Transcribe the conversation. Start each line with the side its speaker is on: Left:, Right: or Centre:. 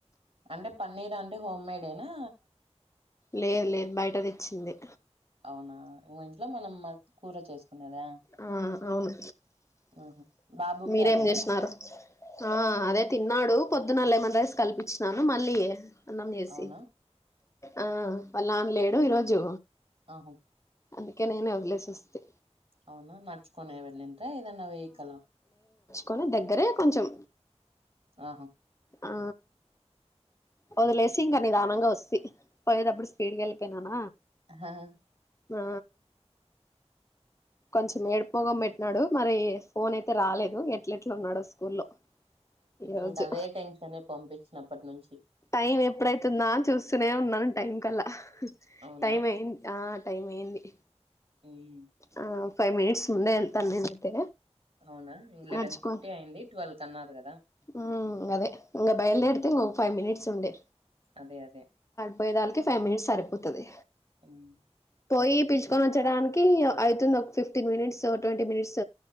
Right: అంటె పన్నీర్ అంటే హోమ్ మేడేనా
Left: లేదు లేదు బయట తెచ్చిందే
Right: అవునా మ ఇంట్లో మనం కూర చేసుకునేదా
Left: ఆ అవును
Right: ఆహా బాబుకి
Left: మీరేం
Right: అదేనా
Left: జేసినారు ఆ అదే తిన్నాడు పొద్దున్న లెమన్ రైస్ కల్పించినాను మళ్ళీ అన్నం చేసి
Right: అవునా
Left: ఆ వాళ్ల నాన్న లేడు ఈరోజు
Right: ఆహా
Left: అందుకే నేను వదిలేస్ అస్తి
Right: అవున నడుచుకోనే వెళ్ళంట ఏదన్న వేహికల
Left: కొని దగ్గరే కొంచెం
Right: ఆహమ్
Left: ఆ వదిలేసి ఇంక నిదానంగ వస్తి పోయేటప్పుడు స్పీడ్కి వెళ్ళిపోయినాన
Right: అహా
Left: ఆ కొంచెం ఏడుపుమొగం పెట్టినాడు మరి ఫోన్ అయితే రాలేదు ఎట్లేట్లా ఉన్నాడో స్కూల్లో ఈ రోజు
Right: ఇంకా అదే టెన్షనే పంపించినప్పటి నుంచి
Left: టైం ఎప్పుడైతుందా అని చూస్తూనే ఉన్నాను టైం కల్లా
Right: అవునా
Left: టైం అయిం ఆ టైం అయింది
Right: ఉమ్
Left: ఆ ఫైవ్ మినిట్స్ ముందే తండ్రినైతే
Right: అవునా ఇంగ లెవెన్
Left: నడుచూకో
Right: ఫిఫ్టీ అయింది ట్వెల్వ్ కన్నారు కదా
Left: ఆ ఇంగదే ఇంగ బయలుదేరితే
Right: ఉమ్
Left: ఒక ఫైవ్ మినిట్స్ ఉండే
Right: అదే అదే
Left: పోయేదాలకి ఫైవ్ మినిట్స్ సరిపోతది
Right: ఉమ్
Left: పోయి పిలుచుకొని వచ్చటానికి అయితుంది ఒక ఫిఫ్టీన్ మినిట్స్ ట్వంటీ మినిట్స్